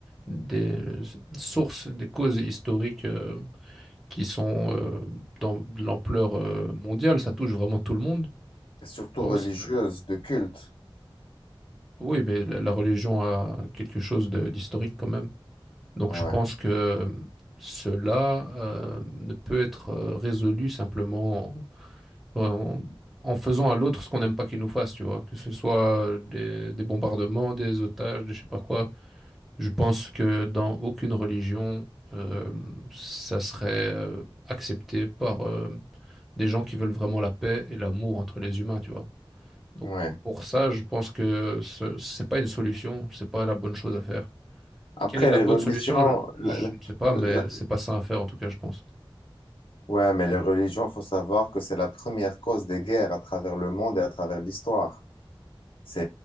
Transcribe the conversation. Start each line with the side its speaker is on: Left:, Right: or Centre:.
Centre: des sources, des causes historiques. euh, qui sont euh, dans de l'ampleur euh, mondiale, ça touche vraiment tout le monde.
Left: Surtout
Centre: Je pense
Left: religieuse,
Centre: que
Left: de culte.
Centre: oui, mais la, la religion a quelque chose de- d'historique quand même. Donc
Left: Ouais,
Centre: je pense que cela euh, ne peut être euh, résolu simplement en, en- en faisant à l'autre ce qu'on n'aime pas qu'il nous fasse, tu vois, que ce soit euh, des, des bombardements, des otages, des je sais pas quoi. Je pense que dans aucune religion, euh, ça serait euh, accepté par, euh, des gens qui veulent vraiment la paix et l'amour entre les humains, tu vois. Donc
Left: ouais.
Centre: pour ça, je pense que ce n'est pas une solution, c'est pas la bonne chose à faire.
Left: Après,
Centre: Quelle est la
Left: les
Centre: bonne
Left: religions,
Centre: solution? Je,
Left: la-
Centre: je
Left: la-
Centre: ne sais pas, mais
Left: la-
Centre: c'est pas ça à faire en tout cas, je pense.
Left: ouais, mais les religions, faut savoir que c'est la première cause des guerres à travers le monde et à travers l'histoire. C'est,